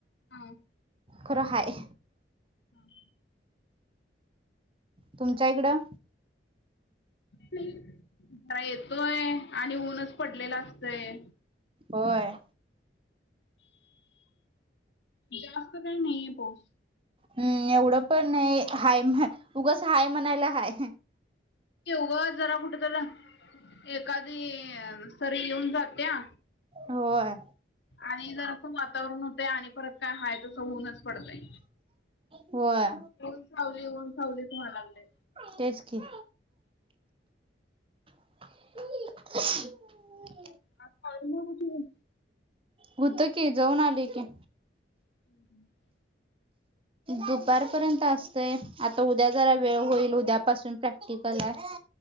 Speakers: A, on the left; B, on the right.
A: हम्म.
B: खर हाय.
A: हम
B: तुमच्या इकडं
A: नाही जरा येतोय आणि ऊनच पडलेल असतय
B: होय.
A: जास्त काही नाहीे पो
B: हम्म एवढं पण नाय हाय उगस हाय म्हणायला हाय
A: उगाच जरा कुठेतरी एखादी सरी येऊन जात्या
B: होय
A: आणि जरासं वातावरण होतं आणि परत काय हाय तसं ऊनच पडतय.
B: होय
A: ऊन सावली ऊन सावली व्हायला लागलय.
B: तेच की <unintelligible>
A: हाय पाय मोडीती
B: होत की जाऊन आले कि
A: ह
B: दुपारपर्यंत असतंय आता उद्या जरा वेळ होईल उद्यापासून प्रॅक्टिकल आहे.